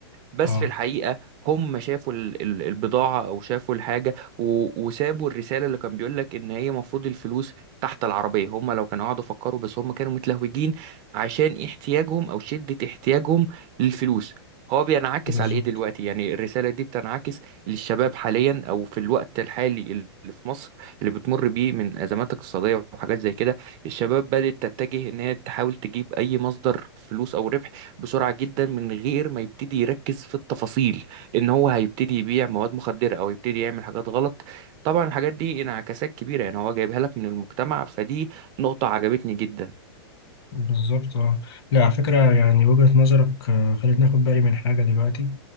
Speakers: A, on the right; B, on the left.
A: بس
B: اه
A: في الحقيقة هم شافوا ال- ال- البضاعة أو شافوا الحاجة و- وسابوا الرسالة اللي كان بيقول لك إن هي مفروض الفلوس تحت العربية هم لو كانوا قعدوا فكروا بس هم كانوا متلهوجين عشان احتياجهم أو شدة احتياجهم للفلوس هو بينعكس
B: بالظبط
A: على إيه دلوقتي يعني الرسالة دي بتنعكس للشباب حاليا أو في الوقت الحالي اللي في مصر اللي بتمر بيه من أزمات اقتصادية وحاجات زي كده الشباب بدأت تتجه إن هي تحاول تجيب أي مصدر فلوس أو ربح بسرعة جدا من غير ما يبتدي يركز في التفاصيل ان هو هيبتدي يبيع مواد مخدرة او يبتدي يعمل حاجات غلط طبعا الحاجات دي انعكاسات كبيرة يعني هو جايبها لك من المجتمع فدي نقطة عجبتني جدا
B: بالظبط اه لا على فكرة يعني وجهة نظرك آه، خلتني اخد بالي من حاجة دلوقتي